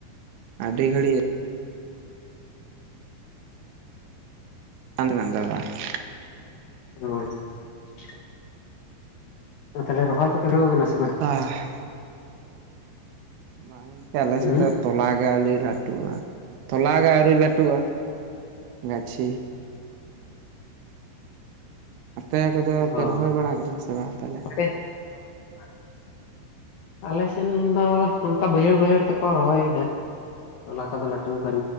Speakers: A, on the right; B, on the left.
A: ᱟᱹᱰᱤ ᱜᱷᱟᱹᱲᱤᱜ <unintelligible>
B: <unintelligible> ᱟᱸ ᱛᱟᱦᱞᱮ ᱨᱚᱦᱚᱭ ᱫᱷᱩᱨᱟᱹᱣ ᱠᱟᱱᱟ ᱥᱮ ᱵᱟᱝ?
A: ᱦᱮᱸ ᱵᱟᱝ ᱜᱚᱝᱠᱮ ᱟᱞᱮ
B: ᱦᱩᱸ
A: ᱥᱮᱜ ᱫᱚ ᱛᱚᱞᱟ ᱜᱮ ᱟᱹᱣᱨᱤ ᱞᱟᱹᱴᱩᱜᱼᱟ᱾ ᱛᱚᱞᱟ ᱜᱮ ᱟᱹᱣᱨᱤ ᱞᱟᱹᱴᱩᱜᱼᱟ᱾ ᱜᱟᱹᱪᱷᱤ ᱟᱯᱮ ᱠᱚᱫᱚ ᱯᱮ
B: ᱚ
A: ᱨᱚᱦᱚᱭ ᱵᱟᱲᱟ ᱠᱮᱫᱟ ᱥᱮ ᱵᱟᱝ ᱛᱟᱦᱞᱮ?
B: ᱟᱯᱮ <unintelligible> ᱟᱞᱮᱥᱮᱱ ᱫᱚ ᱚᱱᱠᱟ ᱵᱟᱹᱭᱦᱟᱹᱲ ᱵᱟᱹᱭᱦᱟᱹᱲ ᱛᱮᱠᱚ ᱨᱚᱦᱚᱭᱮᱫᱟ᱾ ᱛᱚᱞᱟ ᱠᱚᱫᱚ ᱞᱟᱹᱴᱩ ᱠᱟᱱ